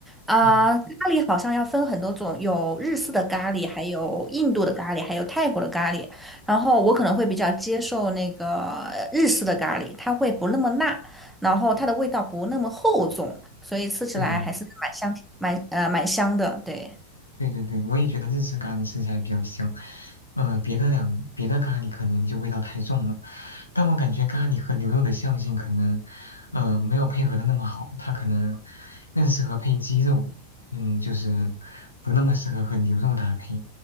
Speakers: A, in the centre; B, on the left.
A: 啊，
B: 啊，
A: 咖喱好像要分很多种，有日式的咖喱，还有印度的咖喱，还有泰国的咖喱。然后我可能会比较接受那个日式的咖喱，它会不那么辣，然后它的味道不那么厚重，所以吃起来还是蛮香，
B: 对
A: 蛮呃蛮香的。对，
B: 对对对，我也觉得日式咖喱吃起来比较香，呃，别的两别的咖喱可能就味道太重了，但我感觉咖喱和牛肉的相性可能，呃，没有配合的那么好，它可能更适合配鸡肉，嗯，就是不那么适合和牛肉搭配，